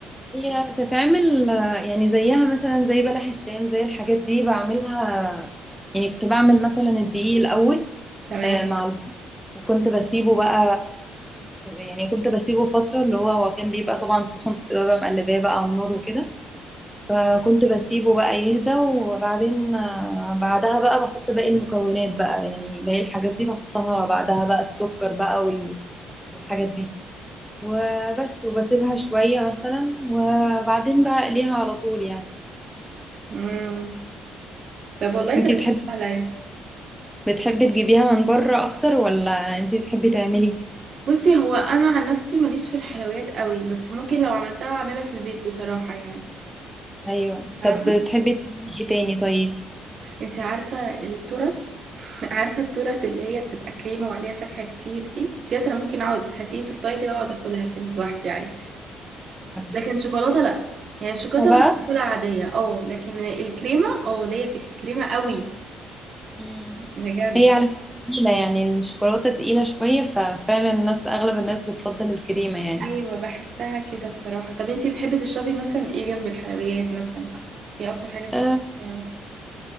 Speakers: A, in the centre; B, on the right (about 55°).
A: هي بتتعمل آه، يعني زيها مثلا زي بلح الشام زي الحاجات دي بعملها يعني كنت بعمل مثلا الدقيق الاول
B: تمام
A: آه، مع الب- وكنت بسيبه بقى يعني كنت بسيبه فترة اللي هو هو كان بيبقى طبعا سخن كنت ببقى مقلباه بقى على النار وكده فكنت بسيبه بقى يهدى وبعدين آه، بعدها بقى بحط باقي المكونات بقى يعني باقي الحاجات دي بحطها بعدها بقى السكر بقى وال- والحاجات دي وبس وبسيبها شوية مثلا وبعدين بقى اقليها على طول يعني
B: امم طب والله
A: انتي
B: طريقتك
A: بتحبي
B: سهله اهي
A: بتحبي تجيبيها من بره اكتر ولا انتي بتحبي تعملي
B: بصي هو انا عن نفسي ماليش في الحلويات قوي بس ممكن لو عملتها اعملها في البيت بصراحه يعني
A: ايوه
B: فاهمه
A: طب بتحبي تعملي ايه تاني طيب
B: انت عارفه التورت <laughs> عارفه التورت اللي هي بتبقى كريمه وعليها فاكهه كتير دي ديت انا ممكن اقعد هاتيه تورتايه كده واقعد اكلها كده لوحدي عادي
A: عارفة
B: لكن شوكولاته لا يعني الشوكولاته ممكن
A: بقى
B: اكلها عاديه اه لكن الكريمه اه ليا في الكريمه قوي
A: مم.
B: بجد
A: هي على تقيلة يعني الشوكولاتة تقيلة شوية ففعلا الناس أغلب الناس بتفضل الكريمة يعني
B: ايوه بحسها كده بصراحه طب انتي بتحبي تشربي مثلا ايه جنب الحلويات مثلا ايه اكتر حاجه بتحبي
A: آه،
B: تشربيها مثلا